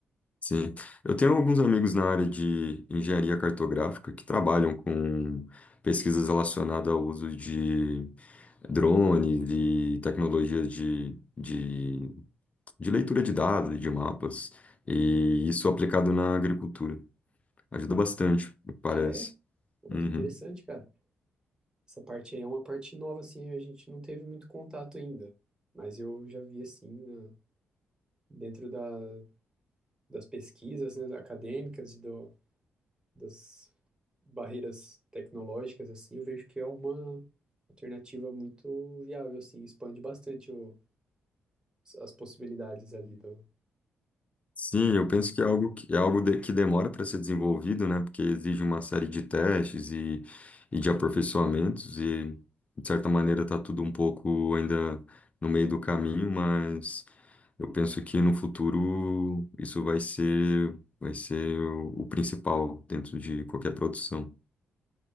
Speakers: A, on the left; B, on the right.
A: sim. Eu tenho alguns amigos na área de engenharia cartográfica que trabalham com pesquisas relacionadas ao uso de drone, de tecnologias de, de, de leitura de dados, de mapas, e isso aplicado na agricultura. Ajuda bastante, me parece.
B: Ah, é? Pô,
A: Uhum.
B: que interessante, cara. Essa parte aí é uma parte nova, assim, a gente não teve muito contato ainda. Mas eu já vi, assim, na- dentro da, das pesquisas, né, acadêmicas e do, das barreiras tecnológicas, assim, eu vejo que é uma alternativa muito viável, assim, expande bastante o- as possibilidades ali do...
A: Sim, eu penso que é algo que, é algo de- que demora para ser desenvolvido, né? Porque exige uma série de testes e, e de aperfeiçoamentos, e de certa maneira está tudo um pouco ainda no meio do caminho, mas eu penso que no futuro isso vai ser, vai ser o, o principal dentro de qualquer produção.